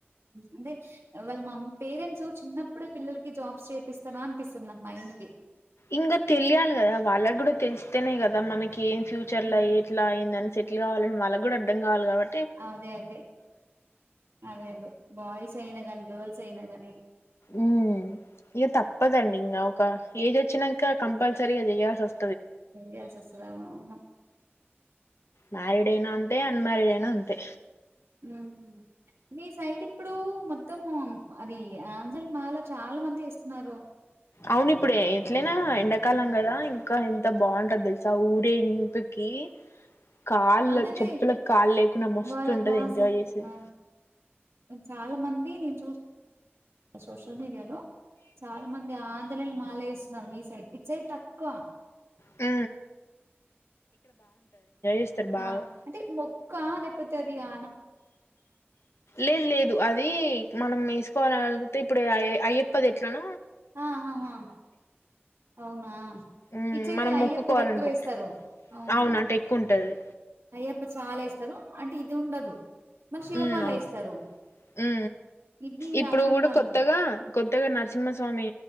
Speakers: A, on the right; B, on the left.
A: అంటే వాళ్ళ మ పేరెంట్స్ చిన్నప్పుడే పిల్లలకి జాబ్స్ చేపిస్తానా అనిపిస్తుంది నాకు మైండ్ కి
B: ఇంకా తెలియాలి కదా వాళ్ళకు కూడా తెలిస్తేనే కదా మనకి ఏం ఫ్యూచర్
A: ఉమ్.
B: ఎట్లా అయింద అని ట్ కావాలని వాళ్ళకి కూడా అర్ధం కావాలి కాబటి
A: అదే అదే అదే అదే బాయ్స్ అయిన కానీ గర్ల్స్ అయినా కానీ
B: ఉ ఇంక తప్పదండి ఇంకా ఒక ఏజ్ వచ్చినాక కంపల్సరగా చేయాల్సి అస
A: చేయాల్సి వస్తది అవునవును
B: మ్యారిడ్ అయినా అంతే అన్మారిడ్ అయినా అంతే
A: ఉ నీ సైడ్ ఇప్పుడు మొత్తం అది ఆంజలి మాల చాలా మంది ఇస్తున్నారు
B: అవును ఇప్పుడు ఎట్లనా ఎండాకాలం కదా ఇంకా ఎంత బాగుంటది తెలుసా ఊరేగింపు కి కాళ్ళ
A: అదే అదే
B: చెప్పులకుకి కాళ్లు లేకుండా మస్తు
A: వాళ్ళగా
B: ఉంటది ఎంజాయ్
A: అసలు
B: చేసేది
A: ఆ చాలా మంది నేను సోషల్ మీడియాలో చాలా మంది ఆంధ్ర చాల వేస్తున్నారు మీ సైడ్ ఇట్ సైట్ తక్కువ
B: అ చేస్తారు బాగా
A: ఆ అంటే మొక్క లేకపోతే అది <inaudible>
B: లేదు లేదు అది అది మనం వేసు కోరలిగితే ఇప్పుడు అయ్యప్పది ఎట్లన
A: ఆహాహా అవునా
B: మ్మ్
A: ఇచ్చైతే
B: మనం
A: అయ్యప్పది
B: మొక్కుకోవాలనుకుంటే
A: ఎక్కువ వేస్తారు అవునవును
B: అవును అటు ఎక్కువ ఉంటది
A: అయ్యప్ప చాలా వేస్తారు అంటే ఇది ఉండదు మళ్ళీ శివమాల
B: ఉ అవును
A: ఏస్తారు
B: ఉ
A: ఇది
B: ఇప్పుడు
A: ఆంజనేయ
B: కూడా
A: మాల
B: కొత్తగా కొత్తగా నరసింహస్వామి